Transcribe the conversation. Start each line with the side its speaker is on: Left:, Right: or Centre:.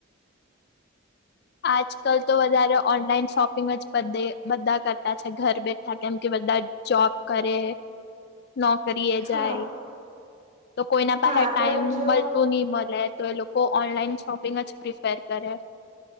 Left: આજકાલ તો વધારે ઓનલાઈન શોપિંગ જ બધે બધા કરતા છે ઘર બેઠા કેમ કે બધા જોબ કરે નો કરીએ જાય
Right: હા
Left: તો કોઈના
Right: હા
Left: પાહે
Right: આપણે
Left: ટાઈમ
Right: એમ જો
Left: મળતું ની મલે તો એ લોકો ઓનલાઈન શોપિંગ જ પ્રિફેર કરે.